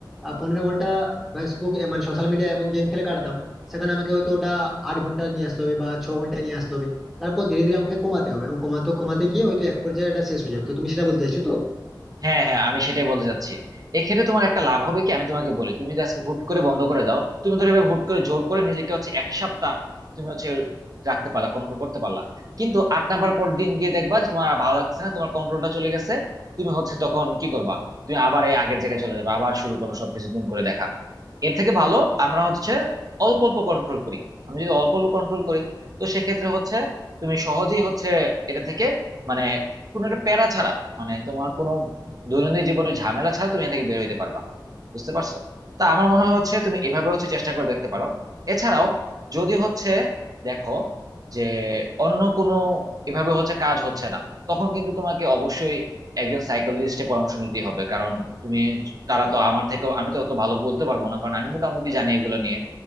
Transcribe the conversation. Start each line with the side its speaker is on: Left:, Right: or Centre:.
Centre: আহ, পনেরো ঘন্টা ফেসবুক এ, মানে সোশ্যাল মিডিয়া এবং গেম খেলে কাটাতাম সেখানে আমাকে হয়তো ওটা আট ঘন্টা নিয়ে আসতে হবে বা ছ ঘন্টা নিয়ে আসতে হবে তারপর ধীরে ধীরে আমাকে কমাতে হবে এবং কমাতে কমাতে গিয়ে হয়তো এক পর্যায়ে এটা শেষ হয়ে যাবে তো তুমি সেটা বলতে চাইছো তো
Right: হ্যাঁ হ্যাঁ আমি সেটাই বলতে চাচ্ছি এক্ষেত্রে তোমার একটা লাভ হবে কি আমি তোমাকে বলি তুমি যদি আজকে হুট করে বন্ধ করে দাও তুমি ধরো এভাবে হুট করে জোর করে নিজেকে হচ্ছে এক সপ্তাহ তুমি হচ্ছে রাখতে পারলা কন্ট্রোল করতে পারলা কিন্তু আট নাম্বার পর দিন গিয়ে দেখবা যে তোমার আর ভালো লাগছে না তোমার কন্ট্রোলটা চলে গেছে তুমি হচ্ছে তখন কি করবা তুমি আবার এই আগের জায়গায় চলে যাবে আবার শুরু করবে সবকিছু নতুন করে দেখা এর থেকে ভালো আমরা হচ্ছে অল্প অল্প কন্ট্রোল করি আমি যদি অল্প অল্প কন্ট্রোল করি তো সেক্ষেত্রে হচ্ছে তুমি সহজেই হচ্ছে এটা থেকে মানে কোনো একটা প্যারা ছাড়া মানে তোমার কোনো দৈনন্দিন জীবনের ঝামেলা ছাড়া তুমি এখান থেকে বের হইতে পারবা বুঝতে পারছো তা আমার মনে হয় হচ্ছে তুমি এভাবে হচ্ছে চেষ্টা করে দেখতে পারো এছাড়াও যদি হচ্ছে দেখো যে অন্য কোনো এভাবে হচ্ছে কাজ হচ্ছে না তখন কিন্তু তোমাকে অবশ্যই একজন সাইকোলজিস্টের পরামর্শ নিতেই হবে কারণ তুমি তারা তো আমার থেকেও আমি তো অত ভালো বলতে পারবো না কারণ আমি মোটামুটি জানি এগুলো নিয়ে